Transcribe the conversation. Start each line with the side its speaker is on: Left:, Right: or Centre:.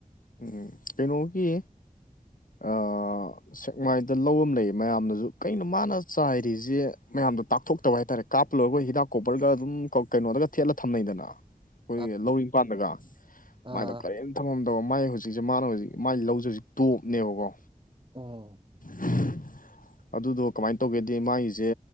Left: ꯎꯝ ꯀꯩꯅꯣꯒꯤ ꯑꯥ ꯁꯦꯛꯃꯥꯏꯗ ꯂꯧ ꯑꯝ ꯂꯩꯌꯦ ꯃꯌꯥꯝꯅꯖꯨ ꯀꯩꯅꯣ ꯃꯥꯅ ꯆꯥꯏꯔꯤꯖꯦ ꯃꯌꯥꯝꯗ ꯇꯥꯛꯊꯣꯛꯇꯕ ꯍꯥꯏꯇꯥꯔꯦ ꯀꯥꯞꯄꯂꯣꯏꯔꯕꯣꯏ ꯍꯤꯗꯥꯛ ꯀꯣꯄꯔꯒ ꯑꯗꯨꯝ ꯀꯧ ꯀꯩꯅꯣꯗꯒ ꯊꯦꯠꯂ ꯊꯝꯅꯩꯗꯅ
Right: ꯫ <unintelligible>
Left: ꯈꯣꯏꯒꯤ ꯂꯧꯔꯤ ꯃꯄꯥꯠꯗꯒ
Right: ꯑꯥ
Left: ꯃꯥꯏꯗꯣ ꯀꯔꯤꯝ ꯊꯝꯃꯝꯗꯕ ꯃꯥꯏ ꯍꯧꯖꯤꯛꯁꯦ ꯃꯥꯅ ꯍꯧꯖꯤꯛ ꯃꯥꯏ ꯂꯧꯖꯦ ꯍꯧꯖꯤꯛ ꯇꯣꯞꯅꯦꯕꯀꯣ
Right: ꯑꯝ
Left: <unintelligible> ꯑꯗꯨꯗꯣ ꯀꯃꯥꯏꯅ ꯇꯧꯒꯦꯗꯤ ꯃꯥꯒꯤꯁꯦ